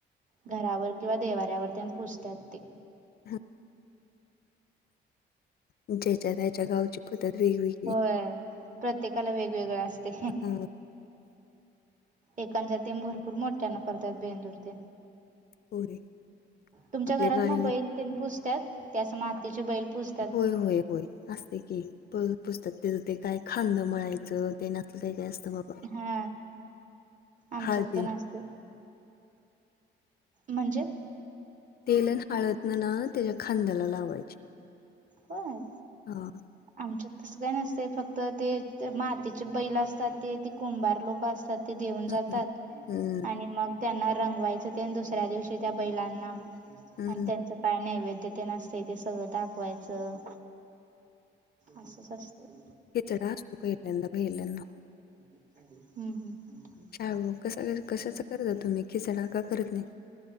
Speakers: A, on the right; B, on the left.
A: घरावर किंवा देवाऱ्यावर तेन पूजत्यात ते.
B: हा. ज्याच्या त्याच्या गावची पद्धत वेगवेगळी.
A: व्हय, प्रत्येकाला वेगवेगळं असतंय.
B: हां,
A: एकांचं तेम भरपूर मोठ्यानं करतेत बेंदूर ते.
B: होय.
A: तुमच्या
B: आपल्या
A: घरात
B: गावी
A: मग बैल तेन पूजत्यात? ते अशे मातीचे बैल पुज
B: होय होय. होय असतंय की, प पूजत्यात त्याचं ते काय खालणं मळायचं ते न असलं काय काय असतं बा
A: हा, आमच्यात
B: हळदीनं
A: पण असतं. म्हणजे?
B: तेल अन हळदनं ना त्याच्या खांद्याला लावायची.
A: होय.
B: हा.
A: आमच्यात तसं काय नसतंय, फक्त ते ते मातीचे बैल असतात ते ते कुंभार लोकं असतात ते देऊन जातात
B: हं, हं. हं,
A: आणि मग त्यांना रंगवायचं तेन दुसऱ्या दिवशी त्या बैलांना आणि
B: हं.
A: त्यांचं काय नैवेद्य ते न‌ अस ते सगळं दाखवायचं, असंच असतं.
B: हेच्या कड असतो, पहिल्यांदा पहिल्यांदा.
A: हम्म हम्म,
B: आवो कसा कशाचा करता तुम्ही, खिचडा का करत नाही?